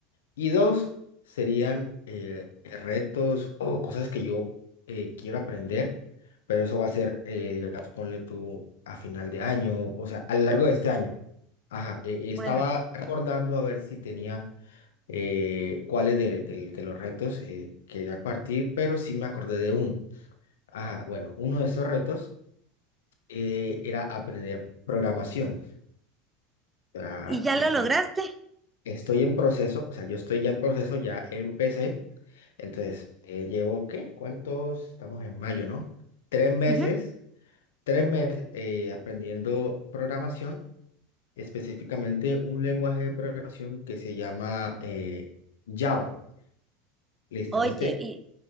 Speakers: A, on the left (about 85°); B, on the right (about 20°).
A: Y dos serían eh, eh, retos o cosas que yo eh, quiero aprender, pero eso va a ser, eh, digamos, ponle tú a final de año, o sea, a lo largo de este año. Ajá, eh, estaba
B: Bueno,
A: recordando a ver si tenía eh, cuáles de, de- de los retos eh, quería partir, pero sí me acordé de uno. Ajá, bueno, uno de esos retos eh, era aprender programación. Ah,
B: ¿y ya lo
A: O sea,
B: lograste?
A: Estoy en proceso, o sea, yo estoy ya en proceso, ya empecé. Entonces, eh, llevo, ¿qué? ¿Cuántos? Estamos en mayo, ¿no? Tres meses,
B: Ujú.
A: tres meses eh, aprendiendo programación, específicamente un lenguaje de programación que se llama eh, Java. Listo,
B: Oye,
A: este,
B: y,